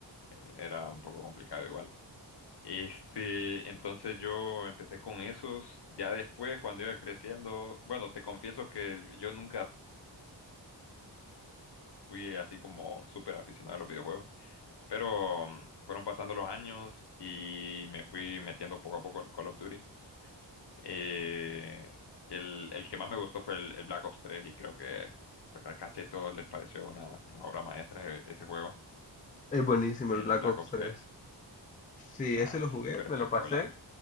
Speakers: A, on the left (about 60°); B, on the left (about 20°).
A: eh, era un poco complicado igual. Este, entonces yo empecé con esos. Ya después, cuando iba creciendo, bueno, te confieso que yo nunca fui así como súper aficionado a los videojuegos, pero mm, fueron pasando los años y me fui metiendo poco a poco al Call of Duty. Eh, el, el que más me gustó fue el, el Black Ops tres y creo que a casi a todos les pareció una, una obra maestra e- ese juego,
B: Es buenísimo
A: el
B: el Black
A: Black
B: Ops
A: Ops
B: tres
A: tres,
B: Sí,
A: Está
B: ese lo jugué,
A: súper espectacular.
B: me lo pasé.